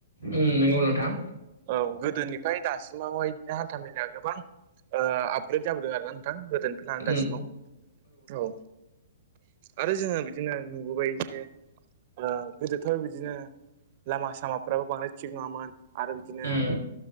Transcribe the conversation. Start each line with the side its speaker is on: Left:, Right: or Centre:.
Left: उम नंगौ नोंथां
Right: औ गोदोनिफ्राय दासिमावहाय बिदिनो हान्था मेेलाया गोबां ओ आपग्रेद जाबोदों आरोना नोंथां गोदोनिफ्राय लानानै
Left: उम
Right: दासिमाव औ आरो जोङो बिदिनो नुबोबाय जे ओ गोदोथ' बिदिनो। लामा सामाफ्राबो बांदाय थिग नङामोन आरो बिदिनो
Left: उम